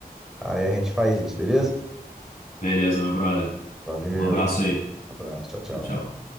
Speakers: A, in the centre; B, on the left.
A: Aí a gente faz isso, beleza?
B: Beleza, meu brother.
A: Valeu,
B: Um abraço aí.
A: abraço, tchau, tchau.
B: Tchau, tchau.